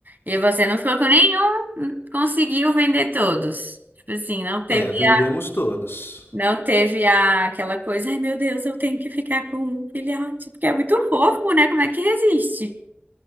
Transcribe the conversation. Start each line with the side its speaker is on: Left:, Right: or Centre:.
Right: E você não ficou com nenhum, n- conseguiu vender todos. Tipo assim, não teve
Left: É, vendemos
Right: a,
Left: todos.
Right: não teve a, aquela coisa, ai meu Deus, eu tenho que ficar com um filhote, porque é muito fofo, né? Como é que resiste?